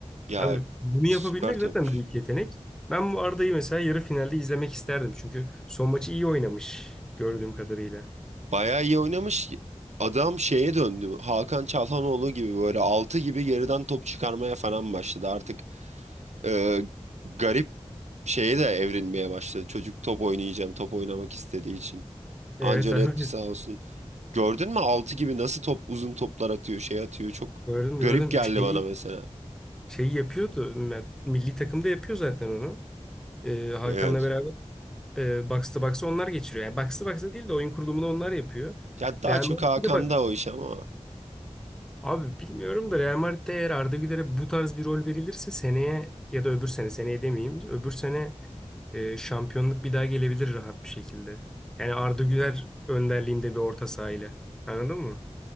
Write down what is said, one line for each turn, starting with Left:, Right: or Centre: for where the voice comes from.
Right: Ya
Centre: Abi bunu
Right: süper
Centre: yapabilmek
Right: topçu.
Centre: zaten büyük yetenek. Ben bu Arda'yı mesela yarı finalde izlemek isterdim. Çünkü son maçı iyi oynamış gördüğüm kadarıyla.
Right: Bayağı iyi oynamış. Adam şeye döndü. Hakan Çalhanoğlu gibi böyle altı gibi geriden top çıkarmaya falan başladı. Artık e, garip şeye de evrilmeye başladı. Çocuk top oynayacağım, top oynamak istediği için. Ancelotti
Centre: Evet abi
Right: sağ olsun. Gördün mü 6 gibi nasıl top uzun toplar atıyor, şey atıyor. Çok
Centre: gördüm
Right: garip
Centre: gördüm.
Right: geldi
Centre: Şey,
Right: bana mesela.
Centre: şeyi yapıyordu. Milli takımda yapıyor zaten onu. Ee, Hakan'la
Right: Evet.
Centre: beraber e, box to box'ı onlar geçiriyor. Yani box to box'ı değil de oyun kurulumunu onlar yapıyor.
Right: Ya daha
Centre: Real
Right: çok
Centre: Madrid'de
Right: Hakan'da
Centre: bak
Right: o iş ama
Centre: Abi bilmiyorum da Real Madrid'de eğer Arda Güler'e bu tarz bir rol verilirse seneye ya da öbür sene seneye demeyeyim öbür sene e, şampiyonluk bir daha gelebilir rahat bir şekilde. Yani Arda Güler önderliğinde bir orta sahayla. Anladın mı?